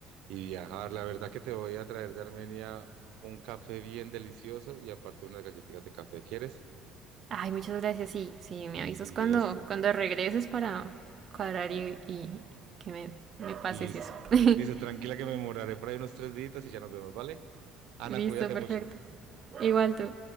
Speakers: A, on the right; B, on the right.
A: y viajar. La verdad que te voy a traer de Armenia un café bien delicioso y aparte unas galletitas de café. ¿Quieres?
B: Ay, muchas gracias. Sí, sí, me avisas
A: Listo,
B: cuando, cuando regreses para cuadrar y, y que me, me pases
A: listo.
B: eso. <laughs>
A: Listo, tranquila que me moraré por ahí unos tres días y ya nos vemos, ¿vale? Ana,
B: Listo,
A: cuídate
B: perfecto.
A: mucho.
B: Igual tú.